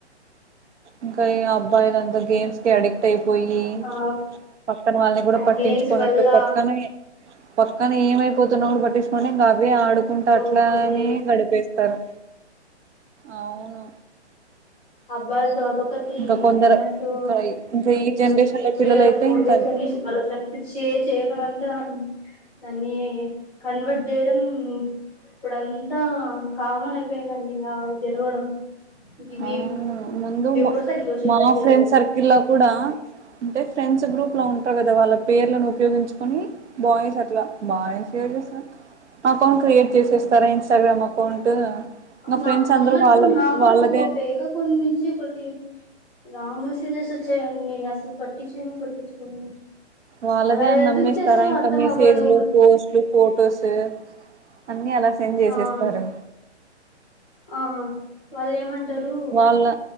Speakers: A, on the right (about 75°); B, in the centre.
A: ఇంకా ఈ అబ్బాయిల అంతా, గేమ్స్ కి అడిక్ట్ అయి. పోయి,
B: ఆ
A: పక్కన వాళ్ళని కూడా
B: ఆ
A: పట్టించుకోనట్టు,
B: గేమ్స్ వల్ల
A: పక్కనే. పక్కన ఏమైపోతున్నా కూడా పట్టించుకో, <unintelligible> ఇంగా అవ్వే ఆడు. కుంటా,
B: ఓ
A: అట్లా
B: వాళ్ళే
A: అనే గడిపేస్తారు. అవును.
B: అబ్బాయిల్ తో. <unintelligible> ఒకటి
A: ఇంకా కొందరు
B: అమ్మాయిలతో,
A: ఇంకా ఇంకా ఈ
B: ఏదో
A: జనరేషన్
B: సోషల్
A: లో
B: మీడియాలో
A: పిల్లలయితే
B: ఫొటోస్
A: ఇంకా
B: అనీ, వాళ్ళ ఫ్రెండ్ పిక్ షేర్ చేయడం అంటాం. దాన్ని కన్వర్ట్ చేయడం, ఇప్పుడంతా కామన్ అయిపోయిందండి ఇలా జరగడం. <unintelligible>
A: అవును ముందు
B: ఎప్పుడు
A: మా,
B: తగ్గ సోషల్
A: మా
B: మీడియాలో
A: ఫ్రెండ్ సర్కిల్ లో కూడా. అంటే ఫ్రెండ్స్ గ్రూప్ లో ఉంటారు కదా, వాళ్ళ పేర్లను ఉపయోగించుకొని బాయ్స్ అట్లా, బాయ్స్ <unintelligible> అకౌంట్ క్రియేట్. చేసేస్తారా ఇన్స్టాగ్రామ్ అకౌంట్. ఇంగ
B: నా
A: ఫ్రెండ్స్ అందరు
B: ఉన్నట్టు
A: వాళ్ళక్
B: నాకు కూడా
A: వాళ్ళక్.
B: ఒక ఫేక్ అకౌంట్ నుంచి ఒకటి, రా ఆ మెసేజెస్ ఓచ్చాయండి. నేను అసలు పట్టించి <unintelligible> పట్టించుకోను.
A: వాళ్ళదే
B: అలా
A: అని
B: ఎందుకు
A: నమ్మిస్తారా,
B: చేసారో
A: ఇంకా
B: అర్థం
A: మెసేజ్లు,
B: అవ్వదు
A: పోస్ట్లు, ఫొటోస్. అన్నీ అలా సెండ్ చేసేస్తారు
B: ఆ ఆ వాళ్ళు ఏమంటారు
A: వాళ్ళ